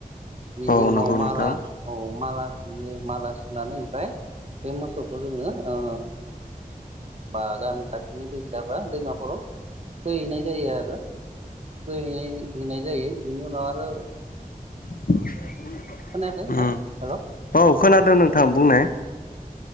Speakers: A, on the right; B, on the left.
A: बिनि
B: औ
A: उनाव
B: नंगौ नोंथां
A: माला औ माला बियो माला सुनानै ओमफ्राय बे मोसौखौ जोङो ओ बा गामि खाथिनि दैसा बा दैमाफोराव थुखैहैनाय जायो आरो। थुखैहैनाय हैनाय जायो बिनि उनाव आरो
B: <unintelligible>
A: खोनायाखै नोंथां
B: उम
A: हेलौ
B: औ खोनादों नोंथां बुंनाय